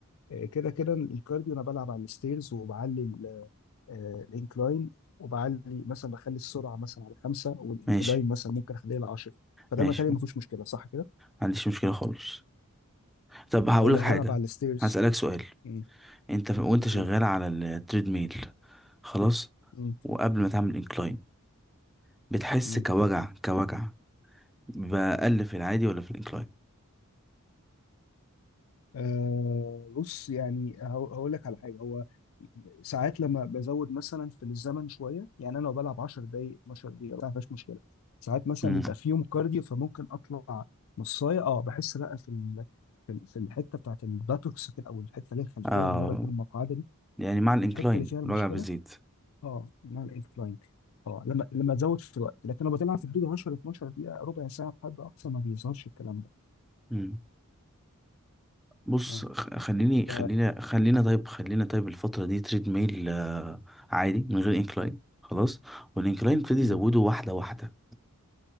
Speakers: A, on the left (about 65°); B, in the centre.
A: آه، كده كده الكارديو انا بلعب على الستيرز وبعلي ال- آه، الانكلاين وبعلي مثلا بخلي السرعه مثلا على خمسه والانكلاين
B: ماشي
A: مثلا ممكن اخليها على 10 فده
B: ماشي
A: متهيألي
B: ما
A: ما فيهوش مشكله صح كده.
B: عنديش مشكله خالص طب هقول
A: آه، لو
B: لك حاجه
A: هلعب على الستيرز
B: هسالك سؤال
A: مم.
B: انت ف... وانت
A: نقول
B: شغال على التريد ميل خلاص
A: مم.
B: وقبل ما تعمل انكلاين بتحس
A: مم.
B: كوجع كوجع بأقل في العادي ولا في الانكلاين
A: آه بص يعني هقول لك على حاجه هو ساعات لما بزود مثلا في الزمن شويه يعني انا لو بلعب 10 دقائق 12 دقيقه ما فيهاش مشكله ساعات مثلا
B: مم.
A: بيبقى في يوم كارديو فممكن اطلع نصايه اه بحس لا في ال... في ال- في الحته بتاعت الباتوكس كده او الحته اللي هي الخلفيه
B: آه
A: من ورا كده المقعده دي
B: يعني مع الانكلاين
A: في الحته اللي فيها المشكله
B: الوجع بيزيد
A: اه مع الانكلاين اه لما لما تزود في الوقت لكن لو بتلعب في حدود 10 12 دقيقه ربع ساعه بحد اقصى ما بيظهرش الكلام ده
B: مم. بص
A: اه
B: خ- خليني
A: ف
B: خلينا خلينا طيب خلينا طيب الفترة دي تريد ميل آه عادي من غير انكلاين خلاص والانكلاين ابتدي
A: مم.
B: يزوده واحدة واحدة